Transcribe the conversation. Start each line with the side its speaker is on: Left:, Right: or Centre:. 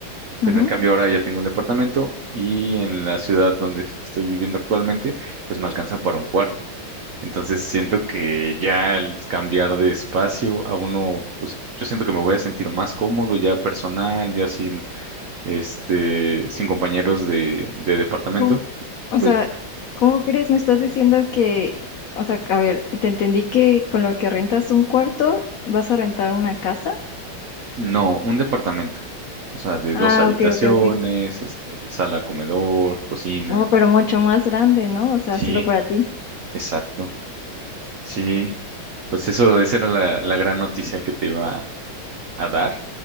Left: Ujú.
Right: pero en cambio ahora ya tengo un departamento y en la ciudad donde es- estoy viviendo actualmente, pues me alcanza para un cuarto. Entonces siento que ya al cambiar de espacio a uno, pues yo siento que me voy a sentir más cómodo ya personal, ya sin este, sin compañeros de, de departamento,
Left: ¿Cómo- O
Right: pues.
Left: sea, ¿cómo crees? Me estás diciendo que, o sea, a ver, te entendí que con lo que rentas un cuarto vas a rentar una casa,
Right: No, un departamento. O sea, de
Left: Ah,
Right: dos habitaciones,
Left: ok, ok, ok.
Right: este, sala, comedor, cocina.
Left: oh, pero mucho más grande, ¿no? O sea,
Right: Sí,
Left: solo para ti.
Right: exacto. Sí, pues eso, esa era la, la gran noticia que te iba a dar.